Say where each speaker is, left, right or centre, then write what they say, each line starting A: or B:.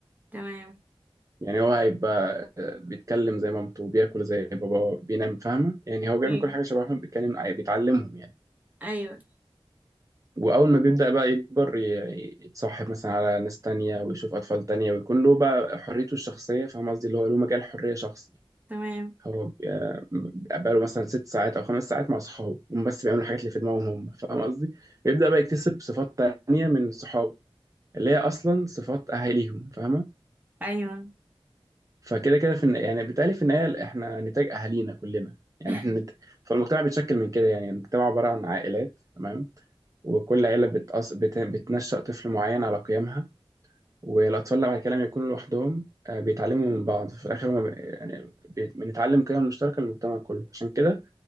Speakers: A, on the right; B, on the right.
A: تمام
B: يعني هو هيبقى آه، بيتكلم زي مامته بياكل زي باباه بينام فاهمة يعني هو بيعمل
A: ايوه
B: كل حاجة شبههم بيتكلم آه، بيتعلمهم يعني
A: ايوه
B: وأول ما بيبدأ بقى يكبر ي- يتصاحب مثلا على ناس تانية ويشوف أطفال تانية ويكون له بقى حريته الشخصية فاهم قصدي اللي هو له مجال حرية شخص
A: تمام
B: هو بي- آه، بقاله مثلا ست ساعات او خمس ساعات مع صحابه هم بس بيعملوا الحاجات اللي في دماغهم هم فاهم قصدي بيبدا بقى يكتسب صفات تانية من صحابه اللي هي اصلا صفات اهاليهم فاهمه
A: ايوه
B: فكده كده في الن- يعني بالتالي في النهايه احنا نتاج اهالينا كلنا يعني
A: <laughs>
B: احنا نت... فالمجتمع بيتشكل من كده يعني المجتمع عباره عن عائلات تمام وكل عيله بتأص... بت... بتنشأ طفل معين على قيمها والاطفال اللي بعد كده لما يكونوا لوحدهم آه، بيتعلموا من بعض في الاخر هم يعني بي- بنتعلم قيم مشتركه للمجتمع كله عشان كده